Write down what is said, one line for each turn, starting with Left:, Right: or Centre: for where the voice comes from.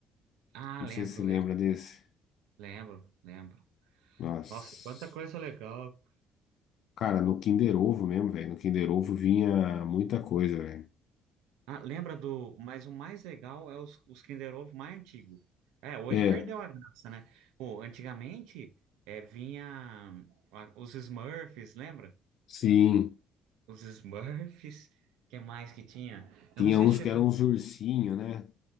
Right: Ah,
Left: Não
Right: lembro,
Left: sei se você lembra
Right: lembro,
Left: desse.
Right: lembro, lembro.
Left: Nossa.
Right: Nossa, quanta coisa legal.
Left: Cara, no Kinder Ovo mesmo, velho. No Kinder Ovo vinha muita coisa, velho.
Right: Ah, lembra do. Mas o mais legal é os, os Kinder Ovo mais antigo. É, hoje
Left: É,
Right: perdeu a graça, né? Pô, antigamente é, vinha a- os Smurfs, lembra?
Left: sim.
Right: Os Smurfs, que mais que tinha?
Left: Tinha
Right: Eu não sei
Left: uns
Right: se chegou.
Left: que eram uns ursinho, né?